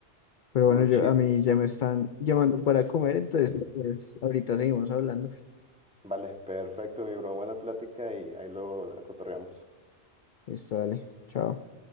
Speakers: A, on the left (about 55°); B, in the centre.
A: pero
B: Muy
A: bueno, yo
B: chido.
A: a mí ya me están llamando para comer, entonces pues, ahorita seguimos hablando.
B: Vale, perfecto, mi bro. Buena plática y ahí luego la cotorreamos.
A: Listo, dale. Chao.